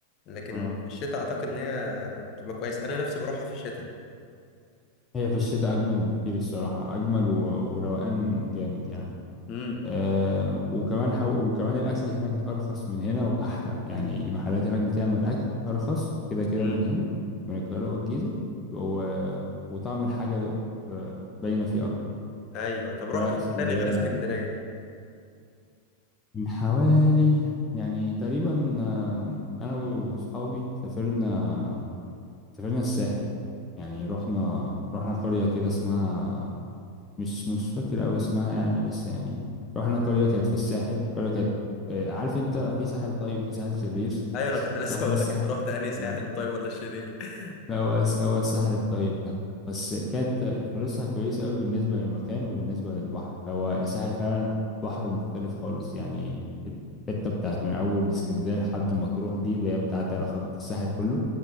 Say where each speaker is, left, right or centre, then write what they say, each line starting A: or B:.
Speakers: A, on the left; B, on the left.
A: لكن
B: اه
A: في الشتاء اعتقد ان هي بتبقى كويس انا نفسي بروحها في الشتاء
B: هي في الشتاء أجمل بكتير الصراحة أجمل و... وروقان جامد يعني
A: امم
B: أه وكمان حو... وكمان الأكل هناك أرخص من هنا وأحلى يعني المحلات هناك بتعمل أكل أرخص كده كده
A: امم
B: من هنا من القاهرة والجيزة و... وطعم الحاجة آه، باينة فيه أكتر
A: ايوه طب رحت
B: فلا
A: فين
B: اسكندرية
A: تاني غير اسكندريه
B: من حوالي يعني تقريبا آم، أنا وأصحابي سافرنا سافرنا الساحل يعني رحنا رحنا قرية كده اسمها مش مش فاكر أوي اسمها يعني بس يعني رحنا قرية كانت في الساحل قرية كانت آه، عارف أنت في ساحل طيب وفي ساحل شرير
A: ايوه انا كنت <laughs> لسه
B: رحنا
A: هقول
B: الساحل
A: لك انت رحت انهي ساحل
B: يعني آه.
A: الطيب ولا الشرير <laughs>
B: لا هو الس- هو الساحل الطيب ده بس كانت فلوسها كويسة أوي بالنسبة للمكان وبالنسبة للبحر هو الساحل فعلا بحره مختلف خالص يعني الحتة بتاعت من أول اسكندرية لحد مطروح دي اللي هي بتعدي على خط الساحل كله